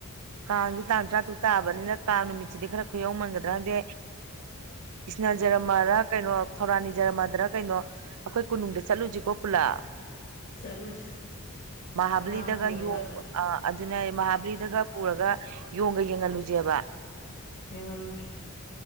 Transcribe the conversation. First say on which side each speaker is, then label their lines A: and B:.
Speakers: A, on the right (about 75°); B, on the left (about 55°).
A: ꯀꯥꯡꯁꯨ ꯇꯥꯡ ꯇꯔꯥꯇꯨꯛ ꯇꯥꯕꯅꯤꯅ ꯀꯥꯡ ꯅꯨꯃꯤꯠꯁꯤꯗꯤ ꯈꯔ ꯈꯨꯌꯧꯃꯟꯒꯗ꯭ꯔꯥ ꯈꯡꯗꯦ ꯑꯥ ꯖꯔꯃꯥꯔꯥ ꯀꯩꯅꯣ ꯊꯧꯔꯥ ꯅꯤꯖꯔꯃꯥꯗꯔ ꯀꯩꯅꯣ ꯑꯩꯈꯣꯏ ꯀꯣꯅꯨꯡꯗ ꯆꯠꯂꯨꯁꯤꯀꯣ ꯄꯨꯂꯞ
B: ꯆꯠꯂꯨꯁꯤ
A: ꯃꯍꯥꯕꯂꯤꯗꯒ
B: ꯑꯉꯥꯡ ꯄꯨꯔꯒ
A: ꯌꯣꯡ ꯑ ꯑꯗꯨꯅ ꯃꯍꯥꯕꯂꯤꯗꯒ ꯄꯨꯔꯒ ꯌꯣꯡꯒ ꯌꯦꯡꯍꯜꯂꯨꯁꯦꯕ
B: ꯌꯦꯡꯍꯜꯂꯨꯁ